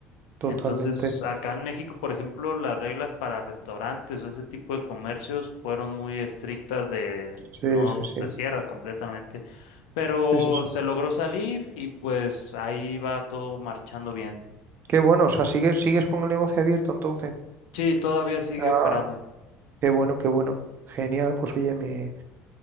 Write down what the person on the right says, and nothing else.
totalmente.
Sí,
sí, sí.
Sí, sí, sí.
Qué bueno, o sea, sigues, sigues con el negocio abierto entonces.
Ah,
Qué bueno, qué bueno. Genial, pues oye, me,